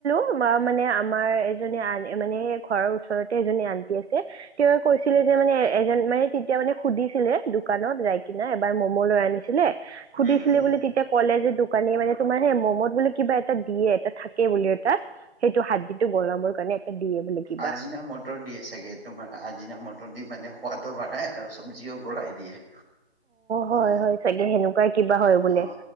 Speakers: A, on the right; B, on the right.
A: তোমাৰ মানে আমাৰ এজনী আন মানে ঘৰৰ ওচৰতে এজনী আন্টি আছে! তেওঁৱে কৈছিলে যে মানে, এজন মানে তেতিয়া মানে সুধিছিলে দোকানত ৰাইট কিনা এবাৰ ম'ম' লৈ আনিছিলে, সুধিছিলে
B: উম উম
A: বুলি তেতিয়া ক'লে যে দোকানী মানে তোমাৰ হে, ম'মত বোলে কিবা এটা দিয়ে এটা থাকে বোলে এটা সেইটো হাড়দি টো গলাবৰ কাৰণে। এটা দিয়ে বোলে কিবা
B: আজিনা মত টৰ দিয়ে চাগে, তোমাৰ আজিনা মতৰ দি মানে সোৱাদো বাঢ়াই, আৰু চব্জিও গলাই দিয়ে।
A: হয়
B: অ, অ,
A: হয় চাগে সেনেকুৱাই কিবা হয় বোলে
B: অ